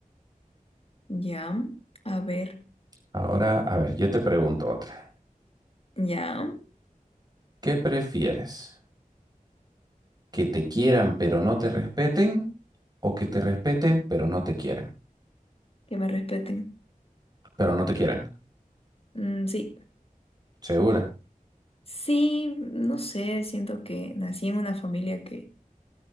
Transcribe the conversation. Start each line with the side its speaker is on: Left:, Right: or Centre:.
Left: Ya, a ver,
Right: Ahora, a ver, yo te pregunto otra.
Left: ya,
Right: ¿Qué prefieres? ¿Que te quieran pero no te respeten? ¿O que te respeten pero no te quieran?
Left: que me respeten.
Right: Pero no te quieran.
Left: Mm, sí,
Right: ¿Segura?
Left: sí, no sé, siento que nací en una familia que